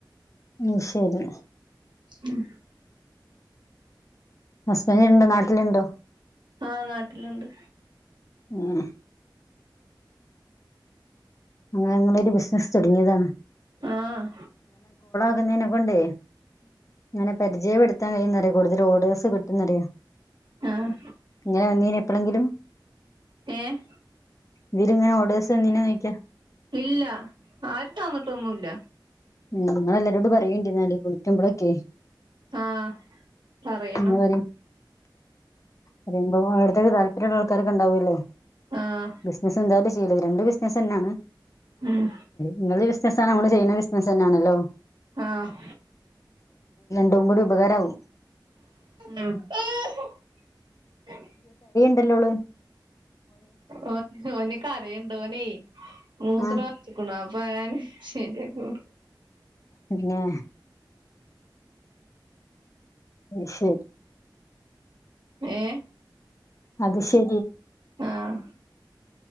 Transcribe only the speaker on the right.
ഉം
ആഹ് നാട്ടിലുണ്ട്
ആഹ
ആഹ്
ഏഹ്
ഇല്ല ആരും തന്നിട്ടൊന്നുമില്ല
ആഹ പറയണം
ആഹ്
ഉം
ആഹ
ആഹ <unintelligible>
ഓ ഓന കരയുണ്ട ഓന മൂത്രം
വക്കണ അപ്പൊ ഞാൻ ശരിയക്ക <unintelligible>
ഏ
ആഹ